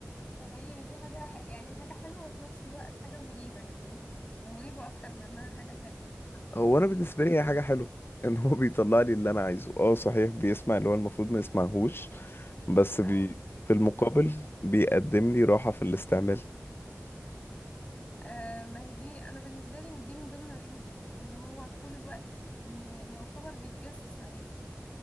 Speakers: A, on the left; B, on the left.
A: ده حقيقي ودي حاجة ح- يعني حاجة حلوة وفي نفس الوقت حاجة مريبة يعني هي مريبة أكتر من إنها حاجة حلوة
B: هو انا بالنسبه لي هي حاجه حلوه <laughs> ان هو بيطلع لي اللي انا عايزه اه صحيح بيسمع اللي هو المفروض ما يسمعهوش بس بي
A: اه
B: في المقابل
A: بالظبط
B: بيقدم لي راحه في الاستعمال
A: آه ما هي دي أنا بالنسبة لي من دي من ضمن عيوب إن هو طول الوقت يعني يعتبر بيتجسس عليك